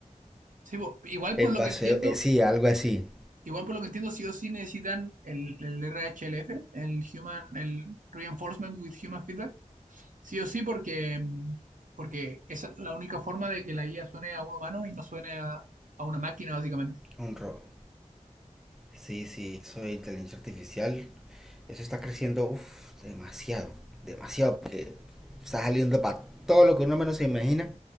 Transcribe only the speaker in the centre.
En
base,
eh, sí, algo así.
Un robo. Sí, sí, Eso de inteligencia artificial. Eso está creciendo, uf, demasiado, demasiado, porque está saliendo para todo lo que uno menos se imagina,